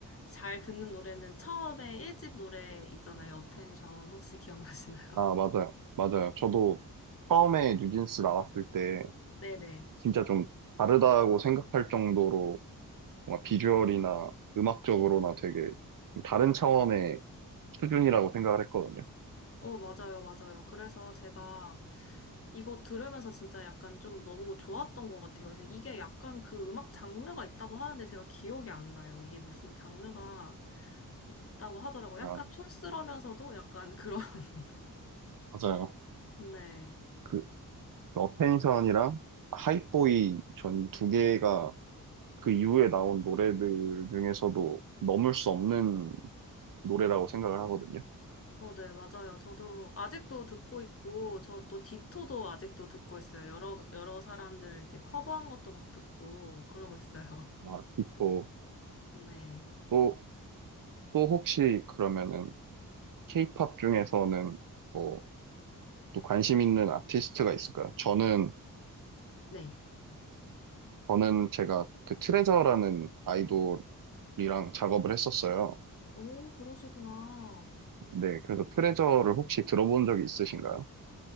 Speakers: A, on the left (about 40°); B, on the right (about 70°).
A: 잘 듣는 노래는 처음에 1집 노래 있잖아요. 어텐션 혹시 기억나시나요? <laughs>
B: 아, 맞아요. 맞아요. 저도 처음에 뉴진스 나왔을 때
A: 네네.
B: 진짜 좀 다르다고 생각할 정도로 뭔가 비주얼이나 음악적으로나 되게 좀 다른 차원의 수준이라고 생각을 했거든요.
A: 어, 맞아요, 맞아요. 그래서 제가 이거 들으면서 진짜 약간 좀 너무 좋았던 것 같아요. 그래서 이게 약간 그 음악 장르가 있다고 하는데 제가 기억이 안 나요. 이게 무슨 장르가 있다고 하더라고요.
B: 아,
A: 약간 촌스러면서도 약간 그런, <laughs>
B: 맞아요.
A: 네.
B: 그 어펜션이랑 하이보이 전 두 개가 그 이후에 나온 노래들 중에서도 넘을 수 없는 노래라고 생각을 하거든요.
A: 어, 네, 맞아요. 저도 아직도 듣고 있고, 저 또 디토도 아직도 듣고 있어요. 여러, 여러 사람들 이제 커버한 것도 막 듣고, 그러고 있어요.
B: 아, 또,
A: <laughs> 네.
B: 또, 또 혹시 그러면은 케이팝 중에서는 뭐 또 관심 있는 아티스트가 있을까요? 저는
A: 네.
B: 저는 제가 그 트레저라는 아이돌이랑 작업을 했었어요.
A: 오, 그러시구나.
B: 네, 그래서 트레저를 혹시 들어본 적이 있으신가요?